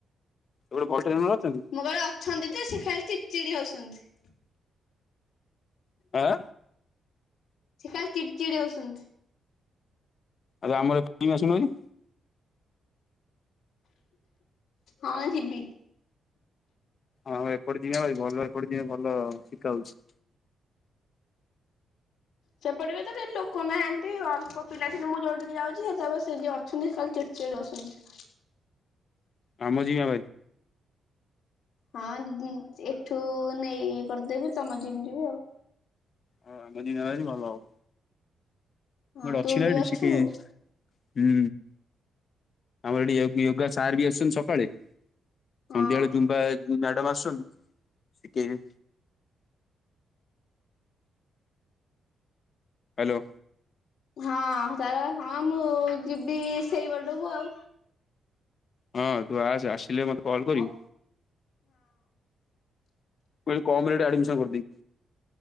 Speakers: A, on the left; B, on the left.
A: ଏବେ ବସ୍ ଟ୍ରେନର ଅଛନ୍ତି?
B: ମୁଁ କହିଲି ଅଛନ୍ତି ଯେ ସେ ଖାଲି ଚିଡ୍ ଚିଡ୍ ହୋଉସନ୍ତି।
A: ଆଁ।
B: ସେ ଖାଲି ଚିଡ୍ ଚିଡ୍ ହୋଉସନ୍ତି।
A: ଆରେ ଆମ ଏପଡ ଜିମ୍ କୁ ଆସୁନୁ ଭାରି।
B: ହଁ ଯିବି।
A: ଆଁଉ ଏପଟେ ଜିମ୍ ଆଭାରି ଭଲ ଏପଟେ ଜିମରେ ଭଲ ଶିଖା ହଉଛି।
B: ସେପଟେ ବି ତ କେହି ଲୋକ ନାହାନ୍ତି ଅଳ୍ପ ପିଲା ଥିଲେ ମୁଁ ଯୋଉ ଠିକି ଯାଉଛି ସେ ସେ ଯିଏ ଅଛନ୍ତି ସେ ଖାଲି ଚିଡ୍। ଚିଡ୍ ହୋଉଛନ୍ତି।
A: ଆମ ଯିମ୍ ଆଭାରି।
B: ହଁ ଦ୍ବି ଏଠୁ ନେଇ ଇଏ କରିଦେବି ତମ ଯିମ୍ ଯିବି ଆଉ।
A: ହଁ ଯଦି ଦିନରେ ଆସିବୁ ଭଲ ହବ।
B: ହଁ
A: ଗୋଟେ ଅଛି
B: ତୁ
A: ନା
B: ବି
A: ଏଠି
B: ଅଛୁ
A: ସିପି। ହୁଁ ଆମର ଏଠି ୟୋ ୟୋଗା ସାର୍ ବି ଆସୁଚନ୍ତି ସକାଳେ।
B: ହଁ
A: ସନ୍ଧ୍ୟାବେଳେ ଜୁମ୍ବା ମ୍ୟାଡାମ ଆସୁଛନ୍ତି ଶିଖେଇବେ। ହାଲୋ।
B: ହଁ ତାର ହଁ ମୁଁ ଯିବି ସେଇ ପଟକୁ ଆଉ
A: ହଁ ତୁ ଆସେ ଆସିଲେ ମତେ କଲ୍
B: ହଁ।
A: କରିବୁ ମୁଁ କହିଲି କମ୍ ରେ ଏଠି ଆଡ଼ମିସନ୍ କରିଦେବି।